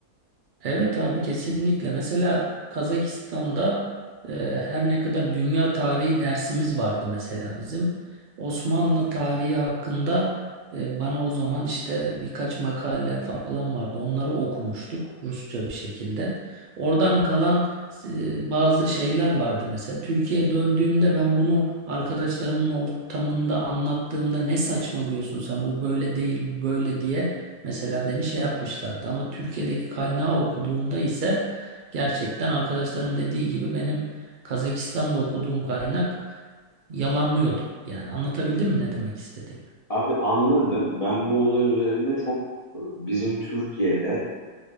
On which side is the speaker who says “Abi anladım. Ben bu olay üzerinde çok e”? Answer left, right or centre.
Left